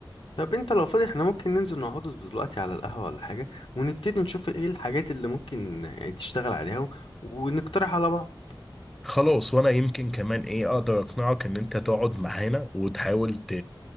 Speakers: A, on the left; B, in the centre.
A: طب انت لو فاضي احنا ممكن ننزل نقعد دلوقتي على القهوة ولا حاجة ونبتدي نشوف ايه الحاجات اللي ممكن يعني تشتغل عليها و- ونقترح على بعض
B: خلاص وانا يمكن كمان ايه اقدر اقنعك ان انت تقعد معانا وتحاول ت...